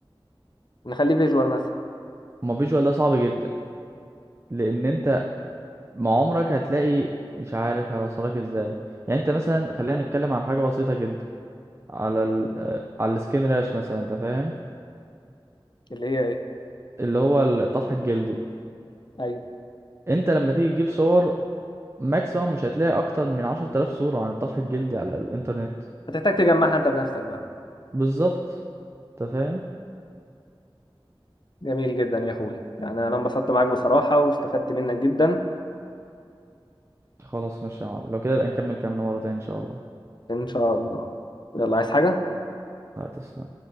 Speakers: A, on the left (about 55°); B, on the right (about 30°).
A: نخليه فيجوال مثلا
B: ما فيجوال ده صعب جدا لان انت مع عمرك هتلاقي مش عارف هيوصلك ازاي يعني انت مثلا خلينا نتكلم عن حاجه بسيطه جدا على ال... آه، على السكين راش مثلا انت فاهم
A: اللي هي ايه
B: اللي هو الطفح الجلدي
A: ايوه
B: انت لما تيجي تجيب صور ماكسيموم مش هتلاقي اكتر من عشرة آلاف صوره عن الطفح الجلدي على الانترنت
A: هتحتاج تجمعها انت بنفسك بقى
B: بالظبط انت فاهم
A: جميل جدا يا اخويا يعني انا انبسطت معاك بصراحه واستفدت منك جدا
B: خلاص ماشي يا معلم لو كده يبقى نكمل كلامنا مره تانية ان شاء الله
A: ان شاء الله يلا عايز حاجه
B: هتسلم